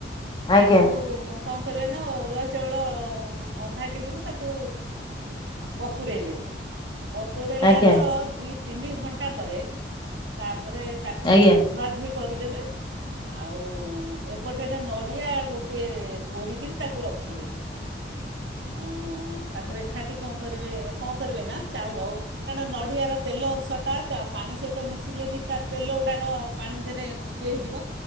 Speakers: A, on the left; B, on the right.
A: ଆଜ୍ଞା
B: ତାକୁ କଣ କରିଅ ନା ଆରୁଆ ଚାଉଳ ଅଧା କିଲୋକୁ ତାକୁ ବତୁରଇବେ ବତୁରେଇଲାର
A: ଆଜ୍ଞା
B: ଦି ତିନି ଘଣ୍ଟା ପରେ ତାପରେ ତାକୁ
A: ଆଜ୍ଞା
B: ଧୁଆଧୂଇ କରିଦେବେ। ଆଉ ଏପଟରେ ନଡ଼ିଆ ଗୋଟିଏ କରୋରିକିରି ତାକୁ ରଖିବେ।
A: <inaudible>
B: ଅଁ ତାକୁ ଏକାଠି କଣ କରିବେ କଣ କରିବେ ନା ଚାଉଳ କାଣ୍ଡ ନଡ଼ିଆର ତେଲ ଅଂଶଟା ଚା ପାଣି ସହିତ ମିଶିଲେ ବି ତା ତେଲ ଗୁଡ଼ାକ ପାଣି ଦେରେ ଇଏ ହେଇଯିବ